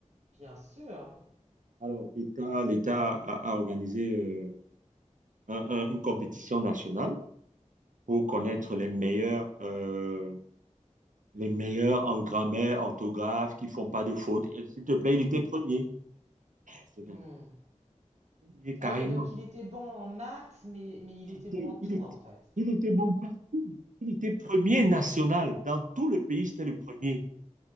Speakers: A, on the right; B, on the right.
A: bien sûr.
B: Alors, l'État, l'État a, a organisé euh, un- un- une compétition nationale pour connaître
A: Mhm.
B: les meilleurs, euh, les meilleurs en grammaire, orthographe, qui font pas de fautes. Et S'il te plaît, il était premier. Eh, Ce gars.
A: Hmm.
B: Et carrément.
A: Ah oui, donc il était bon en maths, mais, mais il
B: Il
A: était
B: était,
A: bon en tout,
B: il était,
A: en fait.
B: il était bon partout. Il était premier
A: Hmm,
B: national. Dans tout le pays, c'était le premier.